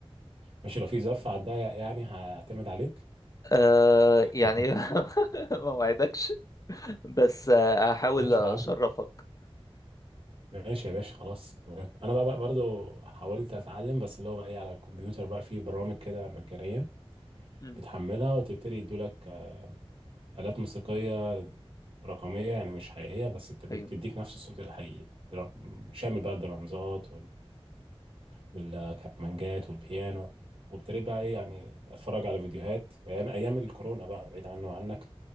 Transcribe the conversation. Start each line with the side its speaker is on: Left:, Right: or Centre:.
Right: ماشي لو في زف على الضيق يعني هعتمد عليك
Left: آه يعني
Right: <laughs>
Left: <laughs> ما وعدكش بس آه، هحاول
Right: ماشي
Left: اشرفك
Right: يا عم ماشي يا باشا خلاص تمام انا بقى, بقى برضو حاولت اتعلم بس اللي هو بقى ايه على الكمبيوتر بقى في برامج كده مجانيه
Left: مم.
Right: بتحملها وتبتدي يدولك آلات موسيقيه رقميه يعني مش حقيقيه بس بت- بتديك
Left: ايوه
Right: نفس الصوت الحقيقي درا- شامل بقى الدرامزات والكمانجات والبيانو وابتديت بقى ايه يعني اتفرج على فيديوهات ايام ايام الكورونا بقى بعيد عنه وعنك